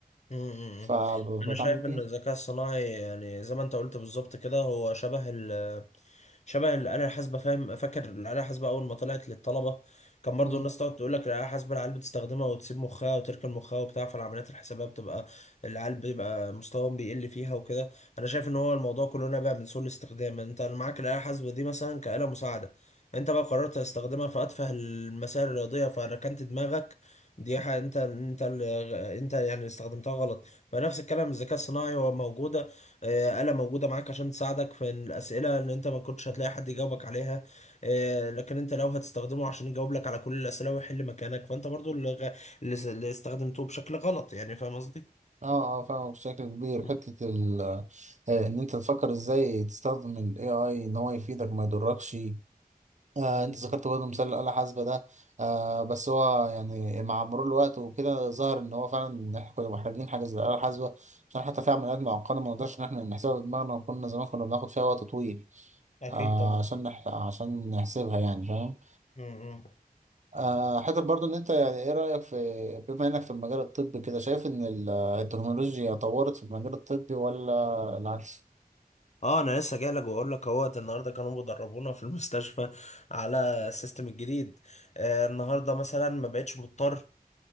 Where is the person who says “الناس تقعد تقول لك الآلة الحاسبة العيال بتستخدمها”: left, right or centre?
Left